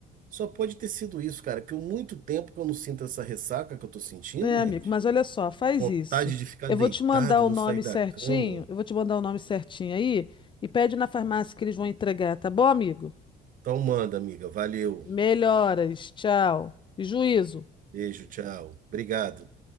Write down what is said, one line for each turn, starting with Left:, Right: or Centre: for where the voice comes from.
Right: só pode ter sido isso, cara, que eu muito tempo que eu não sinto essa ressaca que eu tô sentindo,
Left: É,
Right: gente.
Left: amigo, mas olha só, faz
Right: Vontade
Left: isso.
Right: de ficar
Left: Eu
Right: deitado,
Left: vou te mandar o
Right: não
Left: nome
Right: sair da
Left: certinho,
Right: cama.
Left: eu vou te mandar o nome certinho aí e pede na farmácia que eles vão entregar, tá bom, amigo?
Right: Então manda, amiga. Valeu.
Left: Melhoras, tchau. E juízo.
Right: Beijo, tchau. Obrigado.